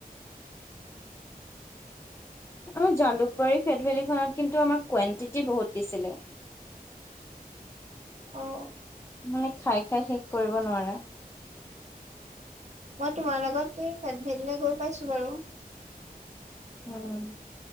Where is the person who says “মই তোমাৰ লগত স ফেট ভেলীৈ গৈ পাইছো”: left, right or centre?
Right